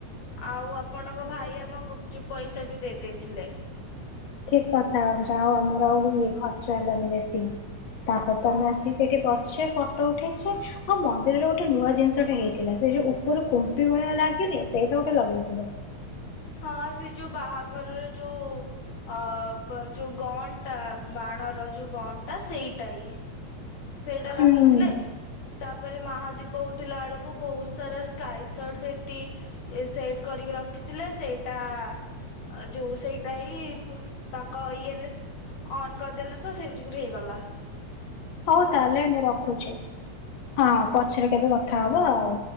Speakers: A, on the left; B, on the left.
A: ଆଉ ଆପଣଙ୍କ ଭାଇ ଆମ ଗୁପଚୁପ୍ ପଇସା ବି ଦେଇ ଦେଇଥିଲେ।
B: ଠିକ୍ କଥା ଯା ହୋଉ ଆମର ଆଉ ଇଏ ଖର୍ଚ୍ଚ ହେଲାନି ବେଶୀ। ତାପରେ
A: ହଁ
B: ତ ଆମେ ଆସିକି ଏଇଠି ବସିଚେ ଫଟୋ ଉଠେଇଛେ, ଆଉ ମନ୍ଦିରରେ ଗୋଟେ ନୂଆ ଜିନିଷଟେ ହେଇଥିଲା। ସେ ଯୋଉ ଉ ପୁରୁ କୁମ୍ପି ଭଳିଆ ଲାଗିନି ସେଇଠା ଗୋଟେ ଲଗେଇ ଥିଲା
A: ହଁ ସେ ଯୋଉ ବାହାଘର ରେ ଯୋଉ ଅ, ବ-ଯୋଉ ଗନ୍ ଟା ବାଣର ଯୋଉ ଗନ୍ ଟା ସେଇଟା ଇ ସେଇଟା
B: ହୁଁ
A: ଲଗେଇଥିଲେ ତାପରେ ମହାଦୀପ ଉଠିଲା ଆଡ ଓ ବହୁତ ସାରା ସ୍କାଇସଟ୍ ସେଠି ଏ ସେଟ୍ କରିକି ରଖିଥିଲେ। ସେଇଟା ଅ, ଯୋଉ ସେଇଟା ହି ପୁ ତାଙ୍କ ଇଏରେ ଅନ୍ କରିଦେଲେ ତ ସେଇ ଯୋଗୁ ହେଇଗଲା
B: ହଉ ତାହେଲେ ମୁଁ ରଖୁଚୁ, ହଁ ପଛରେ କେବେ କଥା ହବା ଆଉ।